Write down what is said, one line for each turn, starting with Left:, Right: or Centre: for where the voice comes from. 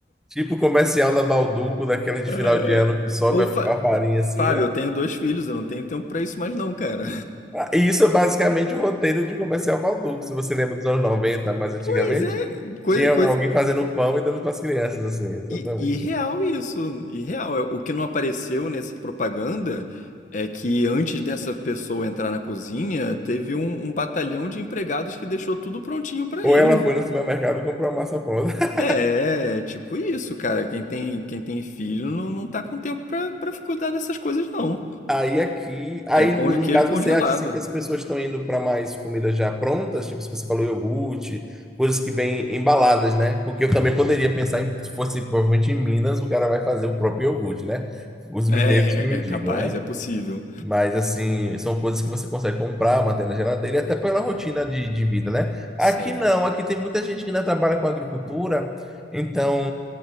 Centre: Tipo o comercial da Balduco, daquele de
Left: É,
Centre: final de ano que sobe
Left: Ô,
Centre: a,
Left: Fa-
Centre: a farinha assim,
Left: Fábio,
Centre: ó.
Left: eu tenho dois filhos, eu não tenho tempo pra isso mais não, cara.
Centre: Ah, E isso é basicamente o roteiro de comercial Balduco, se você lembra dos anos 90, mais antigamente.
Left: Pois é, coisa,
Centre: Tinha
Left: coisa...
Centre: alguém fazendo pão e dando para as crianças, assim, exatamente.
Left: i- Irreal isso, irreal. O que não apareceu nessa propaganda é que antes dessa pessoa entrar na cozinha, teve um, um batalhão de empregados que deixou tudo prontinho pra
Centre: Ou
Left: ele.
Centre: ela foi no supermercado e comprou a massa pronta. <laughs>
Left: É, é tipo isso, cara. Quem tem, quem tem filho não, não tá com tempo pra, pra cuidar dessas coisas, não.
Centre: Aí aqui, aí
Left: É pão
Centre: no
Left: de
Centre: no
Left: queijo
Centre: caso
Left: congelado.
Centre: você acha assim, que as pessoas estão indo para mais comidas já prontas, tipo se você falou iogurte, coisas que vêm embaladas, né? Porque eu também poderia pensar em, se fosse provavelmente em Minas, o cara vai fazer o próprio iogurte, né? Os
Left: É,
Centre: mineiros
Left: é,
Centre: que me
Left: é
Centre: digam,
Left: capaz,
Centre: né?
Left: é possível.
Centre: Mas, assim, são coisas que você consegue comprar, manter na geladeira, e até pela rotina de, de vida, né?
Left: Sim.
Centre: Aqui não, aqui tem muita gente que ainda trabalha com agricultura, então,